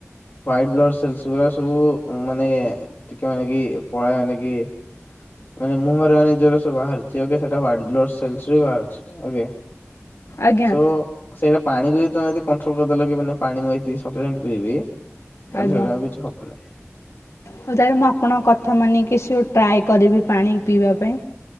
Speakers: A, on the left; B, on the left.
A: ୱାୟେ ବ୍ଲଡ ସେଲ୍ସ ଗୁଡା ସବୁ ମାନେ ଟିକେ ମାନେ କି ପଳା ମାନେ କି ମାନେ ମୁହଁରେ ମାନେ ନିଜର ବାହାର ସେଟା ୱାନ ବ୍ଲଡ ସେଲସ ରୁ ହିଁ ବାହାରୁଚି ଓକେ।
B: ଆଜ୍ଞା
A: ସୋ ସେଇଟା ପାଣିବି। ତମେ ଯଦି କଣ୍ଟ୍ରୋଲ କରିଦେଲ କି ମାନେ ତମେ ପାଣି ଏତିକି ମୁ ସପିସିଏଣ୍ଟ ପିଇବି। ତାହେଲେ
B: ଆଜ୍ଞା
A: ସେଗୁରା ଆଉ କିଛି ହବନି।
B: ହଉ ତାେଲେ ମୁଁ ଆପଣଙ୍କ କଥା ମାନି କିଛି ଗୋଟେ ଟ୍ରାଏ କରିବି ପାଣି ପିଇବା ପାଇଁ